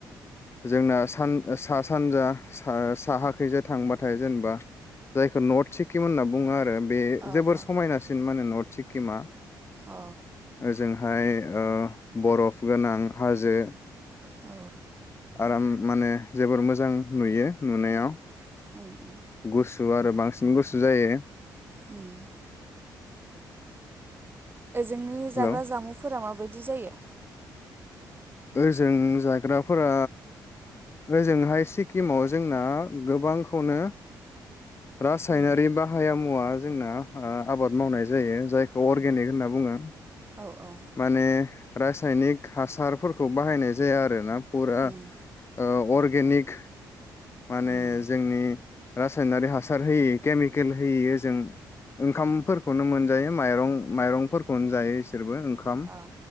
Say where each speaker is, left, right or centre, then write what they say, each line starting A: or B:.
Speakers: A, on the left; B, on the right.
A: जोंना सान सा सानजा सा साहाखैजाय थांबाथाय जेनेबा जायखौ नथसिक खिमोन होनना बुङो आरो बे
B: अ
A: जोबोर
B: अ
A: समायनासिन मानो नथ सिक्किमा
B: अ
A: ओ जों फाय ओ बरफ गोनां हाजो
B: औ।
A: आराम माने जोबोर मोजां नुयो नुनायाव
B: <unintelligible>
A: गुसु आरो बांसिन गुसु जायो।
B: उम। ओजोंनि
A: हेलौ
B: जाग्रा जामुंफोरा माबायदि? बिदि जायो?
A: ओजों जाग्राफोरा ओजोंहाय सिक्किमाव जोंना गोबांखौनो रासायनारि
B: उम
A: बाहाया मुवा जोंना ओ आबाद मावनाय जायो जायखौ अर्गेनिक होनना बुङो।
B: औ औ
A: माने रासायनिक हासारफोर खौ बाहायनाय जाया आरो ना फुरा
B: उम
A: ओ अर्ग गेनिक माने
B: उम
A: जोंनि रासायनारि हासार होयै केमिकेल होयि ओजों ओंखामफोरखौनो मोनजायो माइरं माइरंफोरखौनो जायो। इसोरबो ओंखाम
B: अ